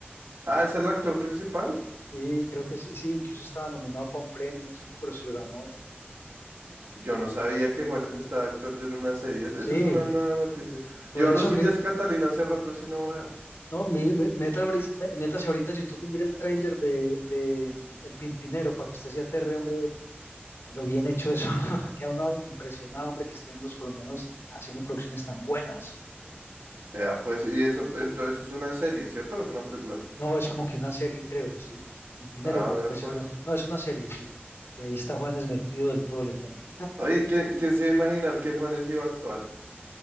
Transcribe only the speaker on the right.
Ah, ¿es el actor principal?
Yo no sabía que Juanes estaba actuando en una serie. Esa
es una nueva noticia.
Yo a
los
Indias Catalina hace rato sí no veo.
Vea pues, y eso, entonces es una serie, ¿cierto? ¿O es una película?
Ah,
vea
pues.
Oye, ¿quién, quién se iba a imaginar que Juanes iba a actuar?